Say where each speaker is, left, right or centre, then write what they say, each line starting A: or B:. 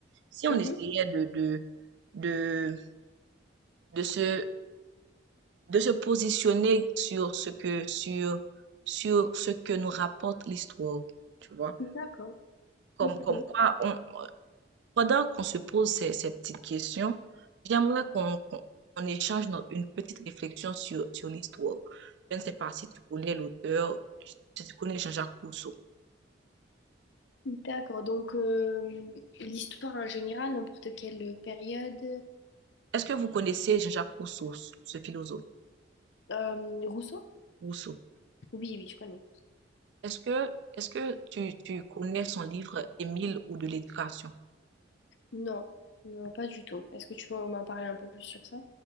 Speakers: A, on the right (about 65°); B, on the left (about 65°).
A: Si on
B: Mhm.
A: essayait de, de, de, de se, de se positionner sur ce que, sur, sur ce que nous rapporte l'histoire, tu vois.
B: D'accord.
A: Comme,
B: Mhm.
A: comme quoi, on, pendant qu'on se pose ces, ces petites questions, j'aimerais qu'on qu'on, qu'on échange no- une petite réflexion sur, sur l'histoire. Je ne sais pas si tu connais l'auteur, si tu connais Jean-Jacques Rousseau.
B: D'accord, donc euh, l'histoire en général, n'importe quelle période.
A: Est-ce que vous connaissez Jean-Jacques Rousseau, ce ce philosophe
B: Euh, Rousseau?
A: Rousseau?
B: Oui, oui, je connais.
A: Est-ce que, est-ce que tu, tu connais son livre Émile ou de l'éducation?
B: Non, non, pas du tout. Est-ce que tu peux m'en parler un peu plus sur ça?